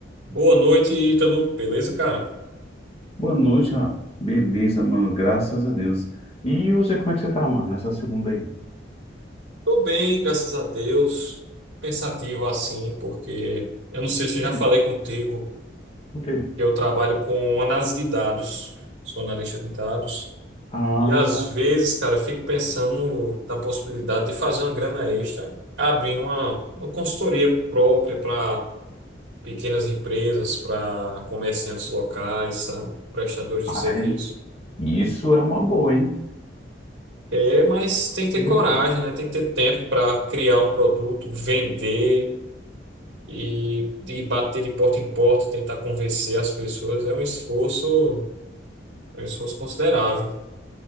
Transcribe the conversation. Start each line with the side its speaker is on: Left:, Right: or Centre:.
Right: Boa noite, Ítalo. Beleza, cara?
Left: Boa noite, Rafa. Beleza, mano, graças a Deus. E você, como é que você tá, mano, nessa segunda aí?
Right: Tô bem, graças a Deus. Pensativo assim, porque eu não sei se eu
Left: Hum,
Right: já falei contigo
Left: O quê?
Right: que eu trabalho com análise de dados, sou analista de dados.
Left: Ah,
Right: E às vezes, cara, eu fico pensando na possibilidade de fazer uma grana extra, abrindo uma, uma consultoria própria para pequenas empresas, para comerciantes locais, sabe? Prestadores de serviço.
Left: é. isso é uma boa, hein?
Right: É, mas tem que
Left: Boa
Right: ter coragem,
Left: ideia.
Right: né? Tem que ter tempo para criar um produto, vender e, e bater de porta em porta, tentar convencer as pessoas. É um esforço, é um esforço considerável.